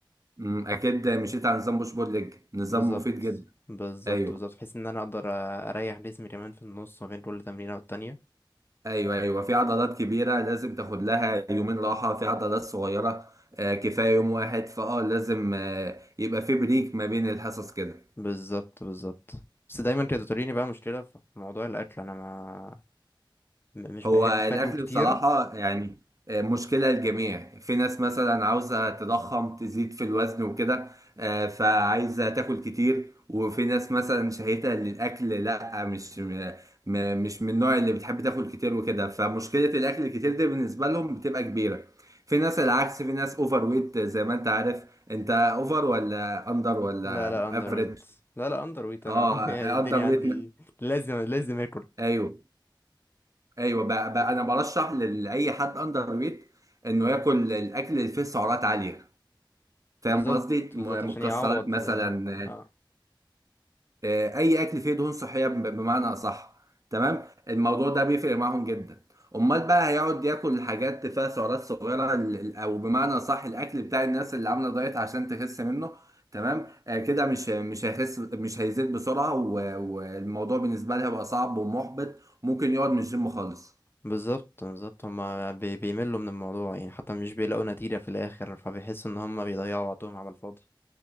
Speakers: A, on the right; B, on the left.
A: امم اكيد مشيت على نظام بوش بول ليج نظام
B: بالظبط
A: مفيد جدا
B: بالظبط
A: ايوه
B: بالظبط بحيث ان انا اقدر اريح جسمي كمان في النص ما بين كل تمرينه والتانية
A: ايوه ايوه في عضلات كبيرة لازم تاخد لها يومين راحة في عضلات صغيرة آه، كفاية يوم واحد فاه لازم آه، يبقى في بريك ما بين الحصص كده
B: بالظبط بالظبط بس دايما كانت بتواجهني بقى مشكله في موضوع الاكل انا ما م- مش
A: هو
B: بحب
A: الأكل
B: باكل كتير
A: بصراحة يعني آه، مشكلة للجميع في ناس مثلا عاوزة تضخم تزيد في الوزن وكده آه، فعايزة تاكل كتير وفي ناس مثلا شهيتة للأكل لا مش م- م- مش من النوع اللي بتحب تاكل كتير وكده فمشكلة الأكل الكتير دي بالنسبة لهم بتبقى كبيرة في ناس العكس في ناس أوفر ويت زي ما أنت عارف أنت أوفر ولا أندر ولا
B: لا لا اندر
A: أفريج
B: ويت لا لا اندر ويت
A: اه
B: انا <laughs> يعني الدنيا
A: أندر
B: عندي
A: ويت
B: لازم لازم اكل
A: أيوه ايوه بقى, بقى انا برشح لاي حد اندر ويت انه ياكل الاكل اللي فيه سعرات عاليه فاهم
B: بالظبط
A: قصدي م-
B: بالظبط عشان
A: مكسرات
B: يعوض
A: مثلا
B: اه
A: آه، اي اكل فيه دهون صحيه ب- بمعنى اصح تمام الموضوع ده بيفرق معاهم جدا امال بقى هيقعد ياكل حاجات فيها سعرات صغيره ال- ال- او بمعنى اصح الاكل بتاع الناس اللي عامله دايت عشان تخس منه تمام آه، كده مش مش هيخس مش هيزيد بسرعه و- والموضوع بالنسبه لها بقى صعب ومحبط ممكن يقعد من الجيم خالص
B: بالظبط بالظبط هما بي- بيملوا من الموضوع يعني حتى مش بيلاقوا نتيجه في الاخر فبيحسوا ان هما بيضيعوا وقتهم على الفاضي